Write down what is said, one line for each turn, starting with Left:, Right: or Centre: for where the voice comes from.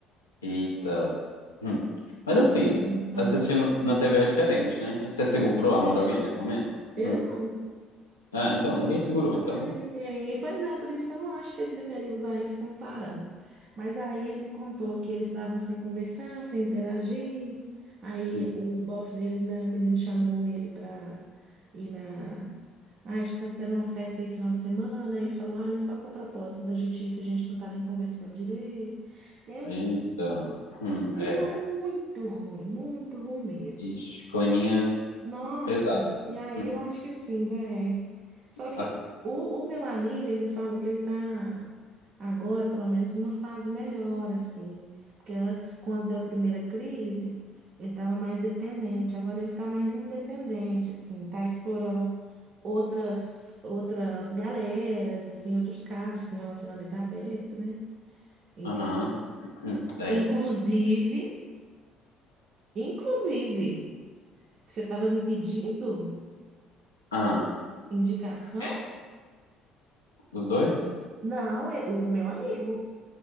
Left: Eita. Hum. Mas
Right: Não
Left: assim,
Right: segurou. Ah,
Left: assistindo na TV é diferente, né? Você segurou a mão de alguém nesse momento?
Right: eu
Left: Hum.
Right: não.
Left: Ah, então, ninguém segurou, então.
Right: É, ninguém. E, pois é, por isso que eu não acho que ele deveria usar isso como parâmetro. Mas aí ele me contou que eles estavam sem conversar, sem interagir. Aí
Left: Hum.
Right: o bofe dele, né, o menino chamou ele para ir na. Ah, acho que estava tendo uma festa aí no final de semana. Ele falou: Ah, mas qual que é o propósito da justiça? A gente não está nem conversando direito. E é um
Left: Eita. Hum.
Right: clima
Left: É.
Right: muito ruim, muito ruim mesmo.
Left: Ixi, climinha
Right: Nossa,
Left: pesado.
Right: e aí
Left: Hum.
Right: eu acho que assim, velho. Só que
Left: A-
Right: o, o meu amigo, ele me falou que ele tá agora, pelo menos, numa fase melhor, assim. Porque antes, quando deu a primeira crise, ele tava mais dependente. Agora ele tá mais independente, assim. Tá explorando outras, outras galeras, assim, outros caras, porque o relacionamento é aberto, né? In-
Left: Aham. Hum. É.
Right: Inclusive, inclusive, que você tava me pedindo
Left: Ah,
Right: indicação.
Left: quem? Os dois?
Right: Não, é o meu amigo.